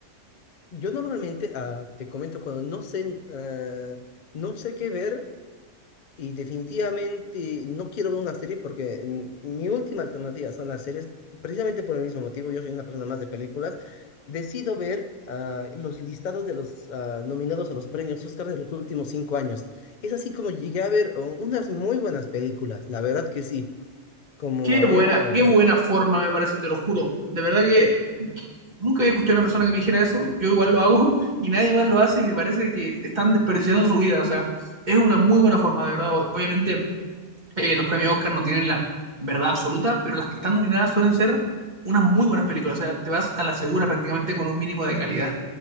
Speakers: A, on the left; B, on the right.
A: Yo normalmente, ah, te comento, cuando no sé, ah, no sé qué ver, Y definitivamente no quiero ver una serie porque mm, mi última alternativa son las series, precisamente por el mismo motivo, yo soy una persona más de películas, decido ver ah, los listados de los ah, nominados a los premios Oscar de los últimos cinco años. Es así como llegué a ver oh, unas muy buenas películas, la verdad que sí, como
B: Qué
A: a ver,
B: buena,
A: ah,
B: qué
A: por,
B: buena
A: e-
B: forma me parece, te lo juro. De verdad que, que nunca había escuchado a una persona que me dijera eso. Yo igual lo hago <laughs> y nadie más lo hace y me parece que están desperdiciando su vida. O sea, es una muy buena forma, de verdad. O- Obviamente Eh, los premios Oscar no tienen la verdad absoluta, pero las que están nominadas suelen ser unas muy buenas películas. O sea, te vas a la segura prácticamente con un mínimo de calidad.